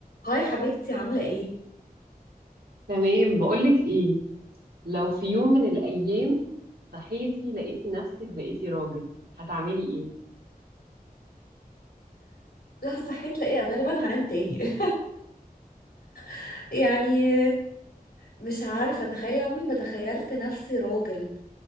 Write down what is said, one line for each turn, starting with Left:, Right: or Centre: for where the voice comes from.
Left: هاي حبيبتي عاملة ايه؟
Right: تمام بقولك ايه لو في يوم من الايام صحيتي لقيتي نفسك بقيتي راجل هتعملي ايه
Left: لا صحيت لاقيه غالبا هنام تاني <laughs> يعني مش عارفة اتخيل عمري ما تخيلت نفسي راجل